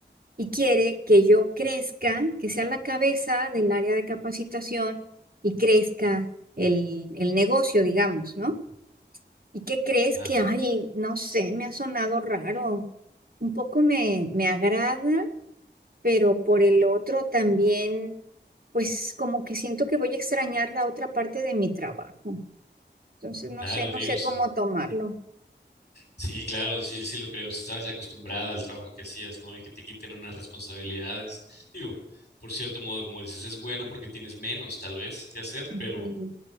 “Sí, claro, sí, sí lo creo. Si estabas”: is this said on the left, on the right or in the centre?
Left